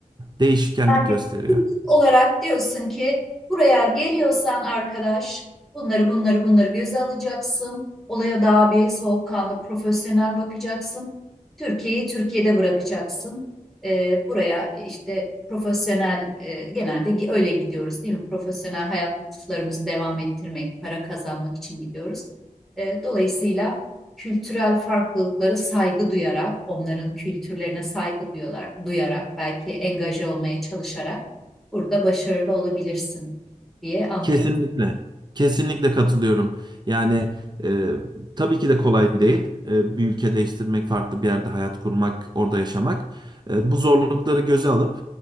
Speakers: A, on the right (about 30°); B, in the centre.
A: değişkenlik
B: hı.
A: gösteriyor.
B: olarak diyorsun ki buraya geliyorsan arkadaş bunları bunları bunları göze alacaksın. Olaya daha bir soğukkanlı, profesyonel bakacaksın. Türkiye'yi Türkiye'de bırakacaksın. Ee, buraya işte profesyonel e, genelde gi- öyle gidiyoruz değil mi? Profesyonel hayatlarımızı devam ettirmek, para kazanmak için gidiyoruz. Ee, dolayısıyla kültürel farklılıklara saygı duyarak, onların kültürlerine saygı duyuyorlar, duyarak, belki engaje olmaya çalışarak burada başarılı olabilirsin diye anlıyorum.
A: Kesinlikle. Kesinlikle katılıyorum. Yani e, tabii ki de kolay değil. E, bir ülke değiştirmek, farklı bir yerde hayat kurmak, orada yaşamak. E, bu zorlukları göze alıp